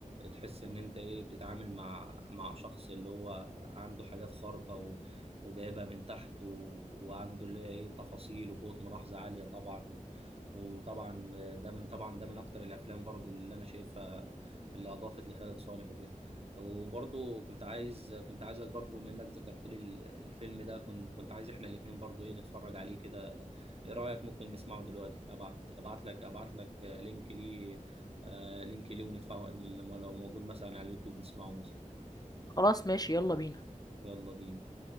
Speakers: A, on the right; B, on the left.
A: تحس ان انت ايه بتتعامل مع مع شخص اللي هو عنده حاجات خارقة و... وجايبها من تحت و... وعنده اللي هي ايه تفاصيل وقوة ملاحظة عالية طبعا و... وطبعا ده من طبعا ده من اكتر الافلام برضو اللي انا شايفها اللي اضافت لخالد صالح وكده وبرضو كنت عايز كنت عايزك برضو بما انك ذكرت لي ال- الفيلم ده كنت كنت عايز احنا الاتنين برضو ايه نتفرج عليه كده ايه رأيك ممكن نسمعه دلوقتي ابعت ابعت لك ابعت لك لينك ليه آه لينك ليه وندفعه لما لو موجود مثلا على اليوتيوب نسمعه مثلا
B: خلاص ماشي يلا بينا
A: يلا بينا